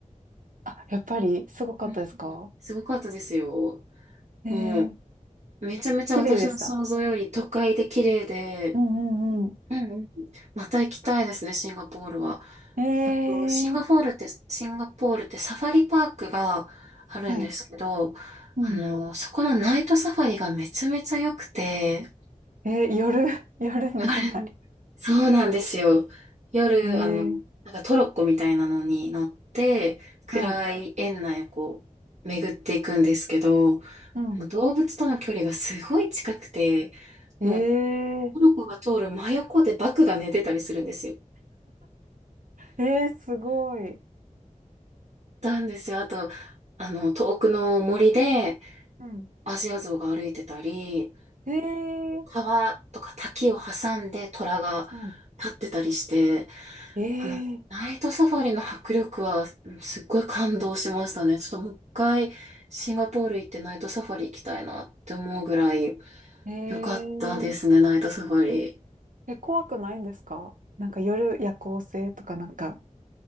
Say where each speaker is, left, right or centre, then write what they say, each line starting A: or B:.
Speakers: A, on the right; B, on the right.
A: あ、やっぱりすごかったですか
B: うんすごかったですよ。
A: ええ
B: もう、めちゃめちゃ私の想像より都会で綺麗で、
A: 綺麗でした。うんうんうん。
B: うんうん。また行きたいですね、シンガポールは。
A: ええ
B: あと、シンガポールって、シンガポールってサファリパークがあるんですけど、
A: はい。うん。
B: あの、そこのナイトサファリがめちゃめちゃ良くて、
A: ええ夜、<laughs> 夜の備
B: あれそうなんですよ。夜、
A: え。
B: あの、
A: ええ
B: なんかトロッコみたいなのに乗って、暗い園内をこう、
A: はい。
B: 巡っていくんですけど、も
A: うん。
B: う動物との距離がすごい近くて、
A: ええ
B: もう、トルコが通る真横でバクが寝てたりするんですよ。
A: えー、すごい。
B: たんですよ。あと、あの、遠くの森で
A: うん、
B: アジアゾウが歩いてたり、
A: えー、
B: 川とか滝を挟んで虎が
A: うん。
B: 立ってたりして、
A: え
B: あの、
A: ー、
B: ナイトサファリの迫力はうんすっごい感動しましたね。ちょっともう一回シンガポール行ってナイトサファリ行きたいなって思うぐらい
A: えー、
B: 良かったですね、ナイトサファリ。
A: え、怖くないんですかなんか夜夜行性とかなんか。